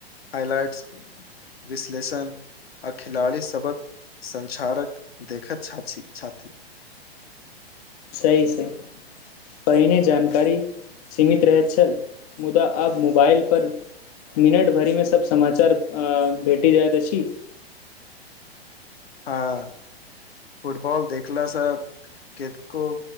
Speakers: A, on the left; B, on the left.
A: हाइलाइट विश्लेषण आ खिलाड़ी सबक संसारक देखैत छ छाती
B: सही छै पहिने जानकारी सीमित रहैत छल मुदा आब मोबाइल पर मिनट भरि मे सब समाचार आ भेट जाइत अछि
A: हँ फुटबॉल देखला सँ केतेको